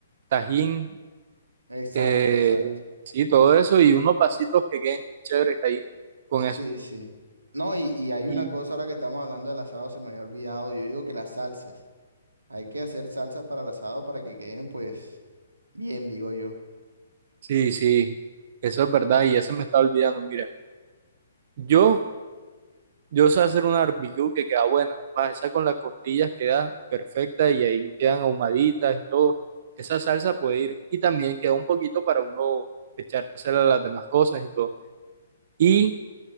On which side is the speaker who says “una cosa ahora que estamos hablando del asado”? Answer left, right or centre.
Right